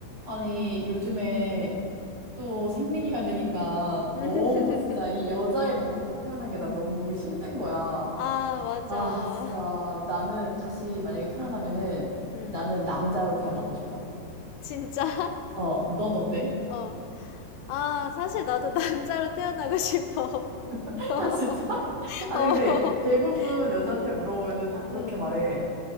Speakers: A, on the right; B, on the left.
A: 아니, 요즘에 또 생리기간 되니까
B: <laughs>
A: 너무 진짜 이 여자의 몸으로 태어난 게 나 너무 힘든 거야.
B: 아, 맞아.
A: 아, 진짜 나는 다시
B: 음,
A: 만약에 태어나면은
B: 음.
A: 나는 남자로 태어나고 싶어.
B: 진짜? <laughs>
A: 어, 넌 어때?
B: 어. 아, 사실 나도 <laughs> 남자로 태어나고 싶어.
A: <laughs>
B: <laughs>
A: 아, 진짜? <laughs>
B: 어,
A: 아니, 근데 대부분 여자한테
B: 음,
A: 물어보면은 다 그렇게
B: 음.
A: 말해.